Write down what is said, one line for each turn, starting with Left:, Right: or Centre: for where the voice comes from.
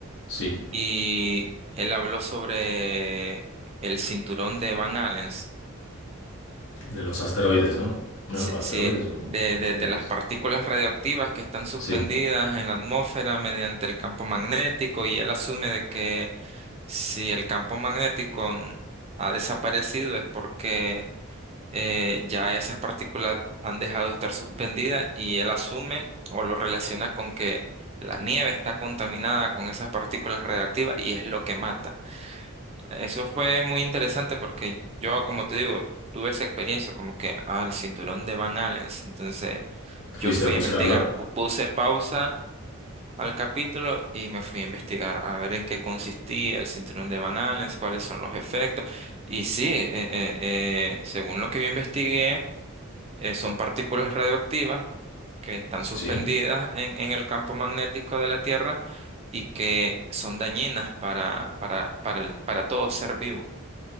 Left: Sí,
Right: y él habló sobre el cinturón de Van Allen,
Left: de los asteroides, ¿no? Bueno,
Right: sí,
Left: asteroides
Right: sí,
Left: o
Right: de, de,
Left: estrellas.
Right: de las partículas radioactivas que están suspendidas
Left: Sí,
Right: en la atmósfera mediante el campo magnético y él asume de que si el campo magnético ha desaparecido es porque eh, ya esas partículas han dejado de estar suspendidas y él asume o lo relaciona con que la nieve está contaminada con esas partículas radiactivas y es lo que mata. Eso fue muy interesante porque yo, como te digo, tuve esa experiencia como que al cinturón de Van Allen. Entonces
Left: ¿fuiste
Right: yo fui
Left: a buscarlo?
Right: a investigar, pu- puse pausa. al capítulo y me fui a investigar a ver en qué consistía el cinturón de Van Allen, cuáles son los efectos. Y sí, eh, eh, eh, según lo que yo investigué, eh, son partículas radioactivas que están suspendidas
Left: Sí,
Right: en, en el campo magnético de la Tierra y que son dañinas para, para, para, el- para todo ser vivo